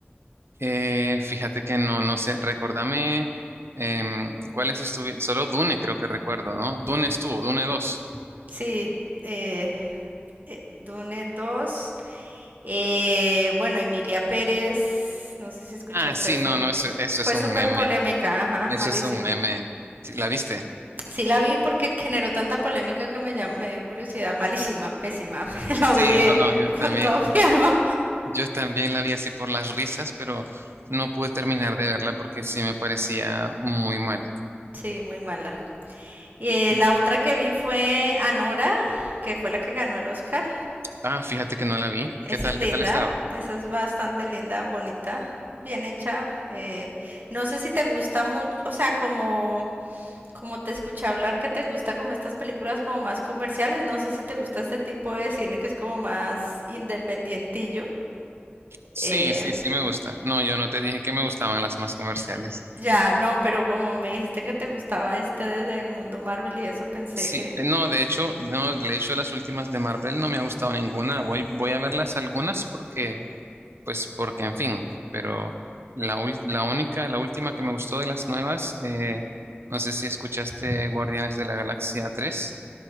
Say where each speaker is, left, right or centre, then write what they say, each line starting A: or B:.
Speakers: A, on the right (about 85°); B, on the right (about 50°).
A: Eh, fíjate que no, no sé. Recordame em, cuáles estuvieron. Solo Dune creo que recuerdo, ¿no? Dune estuvo, Dune dos
B: Sí, eh, eh, Dune dos. eh, bueno, Emilia Pérez, no sé si escuchaste
A: Ah, sí,
B: esa.
A: no, no, eso, eso
B: Fue
A: es un
B: súper
A: meme.
B: polémica, ajá,
A: Eso
B: malísima.
A: es un meme. Sí, ¿la viste?
B: Sí la vi porque generó tanta polémica que me, llam- me dio curiosidad, malísima, pésima, <laughs> me
A: Sí,
B: la odié
A: no, no, yo también,
B: con todo mi alma.
A: yo también la vi así por las risas, pero no pude terminar de verla porque sí me parecía muy mal.
B: Sí, muy mala. Y eh,
A: Y-
B: la otra que vi fue Anora, que fue la que ganó el Oscar.
A: Ah, fíjate que no la vi.
B: Esa
A: ¿Qué tal,
B: es linda,
A: qué tal estaba?
B: esa es bastante linda, bonita, bien hecha. eh, no sé si te gusta mucho, o sea, como, como te escuché hablar que te gusta como estas películas como más comerciales, no sé si te gusta este tipo de cine que es como más independientillo.
A: Sí,
B: Eh,
A: sí, sí me gusta. No, yo no te dije que me gustaban las más comerciales.
B: ya, no, pero como me dijiste que te gustaba este del mundo Marvel y eso pensé
A: Sí,
B: que...
A: eh, no, de hecho, no, de hecho las últimas de Marvel no me ha gustado ninguna. Voy, voy a verlas algunas porque, pues, porque, en fin, pero la, ul- la única, la última que me gustó de las nuevas, eh, no sé si escuchaste Guardianes de la Galaxia tres.